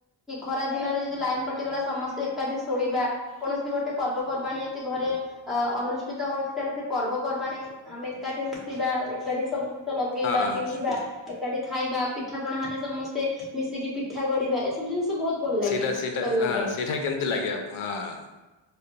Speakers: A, in the centre; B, on the left.
A: ଖରା ଦିନରେ ଯଦି ଲାଇନ କଟିଗଲା ସମସ୍ତେ ଏକାଠି ଶୋଇବା କୌଣସି ଗୋଟେ ପର୍ବପର୍ବାଣୀ ହେଇଛି ଘରେ ଅ ଅନୁଷ୍ଠିତ ହଉଛି ତାହେଲେ ସେ ପର୍ବପର୍ବାଣୀ ଆମେ ଏକାଠି ମିଶିବା ଏକାଠି ସବୁ ଜିନି ସ ଲଗେଇବା
B: ହଁ।
A: ପିନ୍ଧିବା ଏକାଠି ଖାଇବା ପିଠାପଣା ହେଲେ ସମସ୍ତେ ମିଶିକି ପିଠା ଗଢିବା ଏସବୁ ଜିନିଷ ବହୁତ ଭଲ ଲାଗେ
B: ସେଇଟା ସେଇଟା
A: କରିବା
B: ହଁ
A: ପାଇଁ
B: ସେଇଟା କେମିତି ଲାଗେ ଆ ହଁ